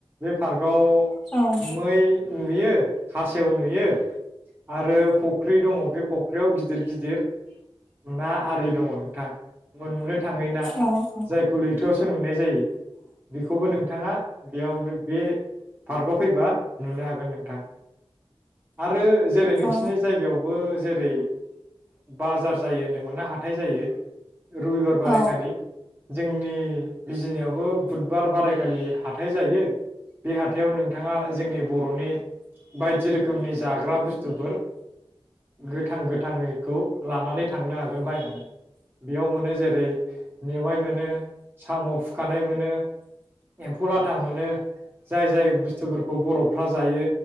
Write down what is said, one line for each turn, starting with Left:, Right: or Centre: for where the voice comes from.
Right: बे पार्कआव
Centre: औ
Right: मै नुयो खासेव नुयो आरो फख्रि दङ बे फख्रियाव गिदिर गिदिर ना आरि दङ नोंथां मोननो थाङै ना
Centre: औ
Right: जायखौ लैथोआवसो नुनाय जायो बेखौबो नोंथाङा बेयाव बे पार्कआव फैबा नुनो हागोन नोंथां आरो जेरै
Centre: औ
Right: नोंसोरनि जायगायावबो जेरै बाजार जायो होनदोंमोना हाथाय जायो रुबिबार
Centre: औ
Right: बाराय खालि जोंनि बिजिनियावबो बुधबार बारायखालि हाथाइ जायो बे हाथायाव नोंथाङा जोंनि बर'नि बायदि रोखोमनि जाग्रा बुस्थुफोर गोथां गोथाङैखौ लानानै थांनो हागोन बायनानै बेयाव मोनो जेरै मेवाइ मोन साम' फुखानाय मोनो एमफौ लाथा मोनो जाय जाय बुस्थुफोरखौ बर'फोरा जायो